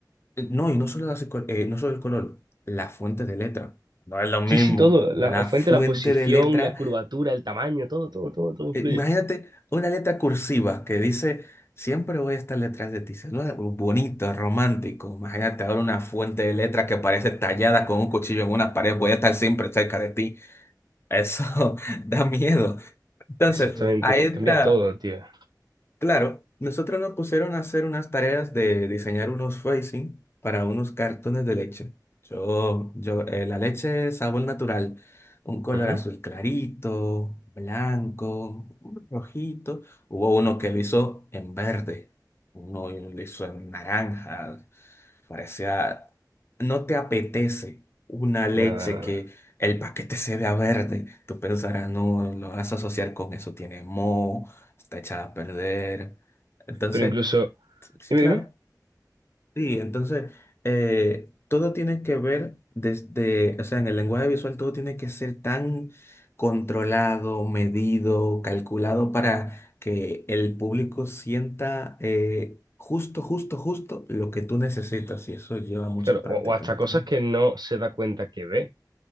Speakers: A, on the left; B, on the right.
A: eh, no, y no solo, las col- eh, no solo el color, la fuente de letra. No es lo mismo.
B: Sí, sí, todo. La,
A: Una
B: la fuente,
A: fuente
B: la posición,
A: de letra.
B: la curvatura, el tamaño, todo, todo, todo, todo influye.
A: eh, imagínate una letra cursiva que dice, siempre voy a estar detrás de ti. Se lo- Bonito, romántico. Imagínate ahora una fuente de letra que parece tallada con un cuchillo en una pared. Voy a estar siempre cerca de ti. Eso <laughs> da miedo. Entonces,
B: Exactamente,
A: ahí
B: ca-
A: entra.
B: cambia todo, tío.
A: Claro, nosotros nos pusieron a hacer unas tareas de diseñar unos facing para unos cartones de leche. Yo, yo, eh, la leche sabor natural, un color
B: Ujú.
A: azul clarito, blanco, un rojito. Hubo uno que lo hizo en verde, uno lo hizo en naranja. Parecía, no te apetece una leche
B: Nada, nada.
A: que el paquete se vea verde. Tú pensarás, no, lo vas a asociar con eso, tiene moho, está echada a perder. Entonces,
B: Pero incluso,
A: sí,
B: dime,
A: claro.
B: dime.
A: Sí, entonces eh, todo tiene que ver desde, o sea, en el lenguaje visual todo tiene que ser tan controlado, medido, calculado para que el público sienta eh, justo, justo, justo lo que tú necesitas y eso lleva mucha
B: Claro,
A: práctica,
B: o, o hasta
A: honestamente.
B: cosas que no se da cuenta que ve.